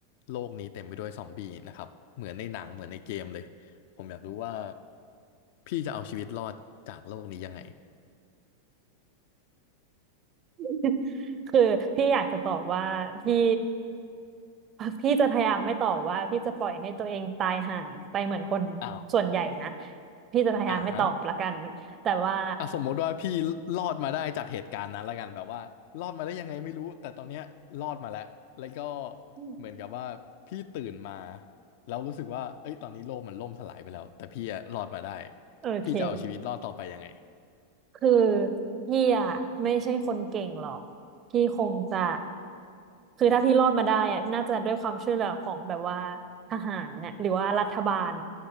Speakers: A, on the left (about 50°); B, on the right (about 30°).
A: โลกนี้เต็มไปด้วยซอมบี้นะครับเหมือนในหนังเหมือนในเกมเลย ผมอยากรู้ว่าพี่จะเอาชีวิตรอดจากโลกนี้ยังไง
B: <laughs> คือพี่อยากจะตอบว่าพี่ <laughs> พี่จะพยายามไม่ตอบว่าพี่จะปล่อยให้ตัวเองตายห่าไปเหมือนคน
A: อ้าว
B: ส่วนใหญ่นะพี่จะพยายามไม่ตอบละกันแต่ว่า
A: อ่าฮะ อ่ะสมมติว่าพี่รอดมาได้จากเหตุการณ์นั้นและกันแบบว่ารอดมาได้ยังไงไม่รู้แต่ตอนเนี้ยรอดมาแล้วแล้วก็
B: <laughs>
A: เหมือนกับว่าพี่ตื่นมาแล้วรู้สึกว่าเอ้ยตอนนี้โลกมันล่มสลายไปแล้วแต่พี่อะรอดมาได้
B: โอเค
A: พี่จะเอาชีวิตรอดต่อไปยังไง
B: คือพี่อ่ะไม่ใช่คนเก่งหรอกพี่คงจะคือถ้าพี่รอดมาได้อ่ะน่าจะด้วยความช่วยเหลือของแบบว่าทหารเนี่ยหรือว่ารัฐบาล